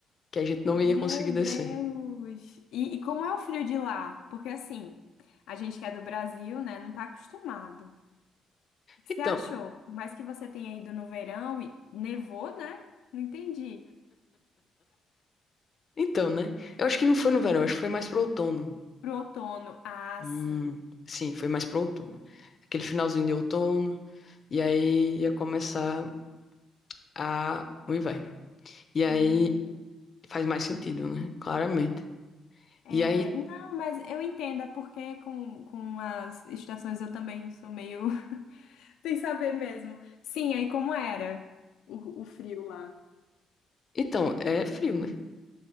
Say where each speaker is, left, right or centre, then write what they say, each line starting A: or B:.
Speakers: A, on the left; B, on the left.
A: que a gente não ia
B: Meu
A: conseguir descer.
B: Deus. E, e como é o frio de lá? Porque assim, a gente que é do Brasil, né, não tá acostumado. O que que
A: Então,
B: você achou? Por mais que você tenha ido no verão e nevou, né? Não entendi.
A: então, né? Eu acho que não foi no verão, acho que foi mais pro outono.
B: Pro outono. Ah,
A: Hum,
B: sim.
A: sim, foi mais pro outono. Aquele finalzinho de outono, e aí ia começar a, o inverno. E
B: Hum.
A: aí faz mais sentido, né? Claramente.
B: É,
A: E aí,
B: não, mas eu entendo, é porque com, com as estações eu também sou meio <laughs> sem saber mesmo. Sim, aí como era o, o frio lá?
A: então, é frio, né?